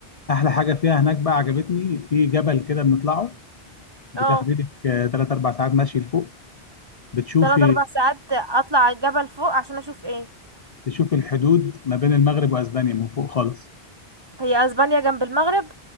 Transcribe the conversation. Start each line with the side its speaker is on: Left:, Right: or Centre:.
Left: احلى حاجة فيها هناك بقى عجبتني في جبل كده بنطلعه بتاخدي
Right: اه
Left: لك 3 4 ساعات مشي لفوق بتشوفي
Right: تلات اربع ساعات اطلع على الجبل فوق عشان اشوف ايه
Left: تشوفي الحدود ما بين المغرب واسبانيا من فوق خالص
Right: هي اسبانيا جنب المغرب